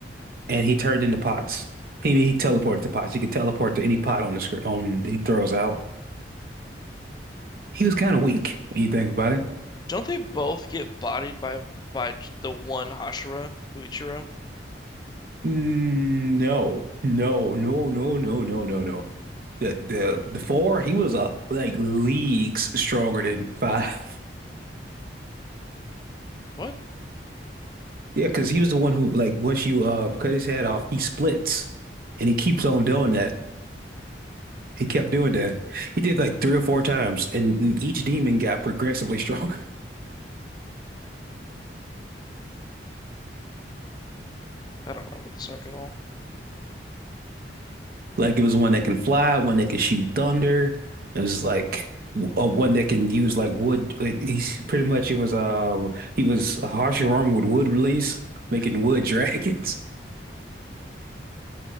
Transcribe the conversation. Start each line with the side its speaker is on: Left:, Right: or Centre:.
Right: and he turned into pots he he teleported to pots he could teleport to any pot on the screen on he throws out. He was kind of weak when you think about it.
Left: Don't they both get bodied by by the one Hashira Muichiro?
Right: Mm, No, no, no, no, no, no, no, no. The the the four, he was uh, like leagues stronger than five. <laughs>
Left: What?
Right: Yeah, because he was the one who like once you uh cut his head off, he splits, and he keeps on doing that. He kept doing that. He did like three or four times, and, and each demon got progressively <laughs> stronger.
Left: I don't remember this arc at all.
Right: Like it was one that can fly, one that can shoot thunder. It was like w- uh, one that can use like wood. Like he's pretty much it was uh he was harshing armor with wood release, making wood <laughs> dragons.